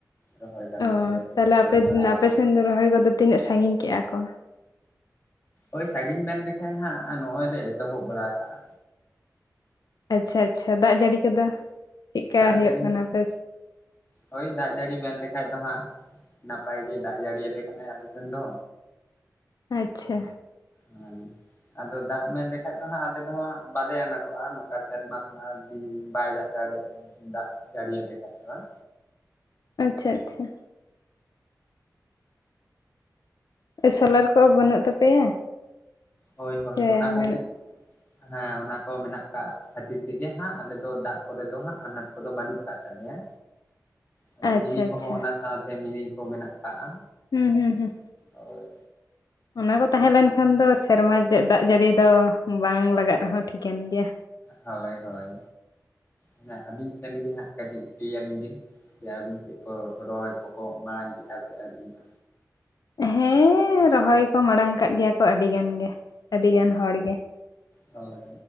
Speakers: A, on the left; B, on the left.
A: ᱨᱚᱦᱚᱭ ᱠᱟᱹᱢᱤ
B: ᱚ
A: ᱠᱚᱜᱮ
B: ᱛᱟᱦᱚᱞᱮ ᱟᱯᱮ
A: ᱫᱷᱩᱨᱟᱹᱣ ᱵᱟᱲᱟ
B: ᱟᱯᱮ
A: ᱠᱟᱱᱟ᱾
B: ᱥᱮᱱ ᱫᱚ ᱨᱚᱦᱚᱭ ᱠᱚᱫᱚ ᱛᱤᱱᱟᱹᱜ ᱥᱟᱺᱜᱤᱧ ᱠᱮᱜᱼᱟ ᱠᱚ?
A: ᱳᱭ ᱥᱟᱜᱤᱧ ᱢᱮᱱ ᱞᱮᱠᱟᱡ ᱦᱟᱸᱜ ᱱᱚᱜᱼᱚᱭ ᱞᱮ ᱮᱛᱚᱦᱚᱵ ᱵᱟᱲᱟ ᱟᱠᱟᱜᱼᱟ᱾
B: ᱟᱪᱪᱷᱟ ᱟᱪᱪᱷᱟ ᱫᱟᱜ ᱡᱟᱲᱤ ᱠᱚᱫᱚ ᱪᱮᱫᱠᱟ
A: ᱫᱟᱜ
B: ᱦᱳᱭᱳᱜ
A: ᱡᱟᱹᱲᱤ
B: ᱠᱟᱱᱟ ᱟᱯᱮᱼᱼ
A: ᱦᱳᱭ ᱫᱟᱜ ᱡᱟᱲᱤ ᱢᱮᱱ ᱞᱮᱠᱟᱱᱡ ᱫᱚ ᱦᱟᱸᱜ ᱱᱟᱯᱟᱭ ᱜᱮ ᱫᱟᱜ ᱡᱟᱹᱲᱤ ᱭᱟᱞᱮ ᱠᱟᱱᱟᱭ ᱟᱞᱮ ᱥᱮᱱ ᱫᱚ᱾
B: ᱟᱪᱪᱷᱟ᱾
A: ᱦᱮᱸ ᱟᱫᱚ ᱫᱟᱜ ᱢᱮᱱ ᱞᱮᱠᱷᱟᱡ ᱫᱚ ᱦᱟᱸᱜ ᱟᱞᱮ ᱫᱚᱜ ᱵᱟᱞᱮ ᱟᱱᱟᱴᱚᱜᱼᱟ ᱱᱚᱝᱠᱟ ᱥᱮᱨᱢᱟ ᱠᱷᱚᱱᱟᱜᱼᱼ ᱵᱟᱭ ᱫᱟᱜ ᱫᱟᱲᱮ ᱫᱟᱜ ᱡᱟᱲᱤᱭᱟ ᱞᱮ ᱠᱷᱟᱡ ᱫᱚᱦᱟᱜ᱾
B: ᱟᱪᱪᱷᱟ ᱟᱪᱪᱷᱟ᱾ ᱥᱳᱞᱟᱨ ᱠᱚ ᱵᱟᱹᱱᱩᱜ ᱛᱟᱯᱮᱭᱟ?
A: ᱦᱳᱭ ᱦᱳᱭ
B: ᱥᱮ
A: ᱚᱱᱟ ᱠᱚᱜᱮ
B: ᱢᱮᱱ
A: ᱦᱮᱸ ᱚᱱᱟ ᱠᱚ ᱢᱮᱱᱟᱜ ᱟᱠᱟᱫᱼᱼ ᱠᱷᱟᱛᱤᱨ ᱛᱮᱜᱮ ᱦᱟᱸᱜ ᱟᱞᱮ ᱫᱚ ᱫᱟᱜ ᱠᱚᱨᱮ ᱫᱚ ᱦᱟᱸᱜ ᱟᱱᱟᱴ ᱠᱚᱫᱚ ᱵᱟᱹᱱᱩᱜ ᱟᱠᱟᱫ ᱛᱟᱞᱮᱭᱟ᱾ ᱟᱫᱚ
B: ᱟᱪᱪᱷᱟ
A: ᱢᱤᱱᱤ ᱠᱚᱦᱚᱸ
B: ᱟᱪᱪᱷᱟ
A: ᱚᱱᱟ ᱥᱟᱶᱛᱮ ᱢᱤᱱᱤ ᱠᱚ ᱢᱮᱱᱟᱜ ᱠᱟᱜᱼᱟ᱾
B: ᱦᱩᱸ ᱦᱩᱸ ᱦᱩᱸ᱾
A: ᱚᱭᱼᱼ
B: ᱚᱱᱟ ᱠᱚ ᱛᱟᱦᱮᱸ ᱞᱮᱱᱠᱷᱟᱱ ᱫᱚ ᱥᱮᱨᱢᱟ ᱨᱮᱡᱟᱜ ᱫᱟᱜ ᱡᱟᱹᱲᱤ ᱫᱚ ᱵᱟᱝ ᱞᱟᱜᱟᱜ ᱨᱮᱦᱚᱸ ᱴᱷᱤᱠᱟᱹᱱ ᱜᱮᱭᱟ᱾
A: ᱦᱳᱭ ᱦᱳᱭ ᱚᱱᱟ ᱟᱹᱞᱤᱧ ᱥᱮᱱ ᱜᱮ ᱦᱟᱸᱜ ᱠᱟᱹᱴᱤᱡ ᱞᱟᱹᱭ ᱟᱹᱞᱤᱧ ᱵᱤᱱ ᱥᱮ ᱟᱹᱵᱤᱱ ᱥᱮᱫ ᱠᱚ ᱨᱚᱦᱚᱭ ᱠᱚᱠᱚ ᱢᱟᱲᱟᱝ ᱠᱮᱫᱼᱟ ᱥᱮ ᱟᱹᱣᱨᱤᱭᱟ᱾
B: ᱦᱮᱸᱻ ᱨᱚᱦᱚᱭ ᱠᱚ ᱢᱟᱲᱟᱝ ᱠᱟᱫ ᱜᱮᱭᱟ ᱠᱚ ᱟᱹᱰᱤ ᱜᱟᱱ ᱜᱮ ᱟᱹᱰᱤ ᱜᱟᱱ ᱦᱚᱲ ᱜᱮ ᱾
A: ᱦᱳᱭ,